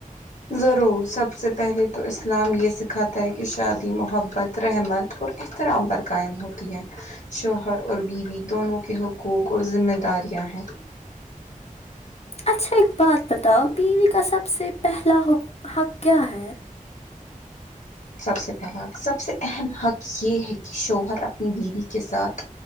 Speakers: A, on the left; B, on the left.
A: ضرور سب سے پہلے تو اسلام یہ سکھاتا ہے کہ شادی محبت رحمت اور احترام پر قائم ہوتی ہے شوہر اور بیوی دونوں کے حقوق اور ذمہ داریاں ہیں
B: اچھا ایک بات بتاؤ بیوی کا سب سے پہلا حقوق حق کیا ہے
A: سب سے پہلا سب سے اہم حق یہ ہے کہ شوہر اپنی بیوی کے ساتھ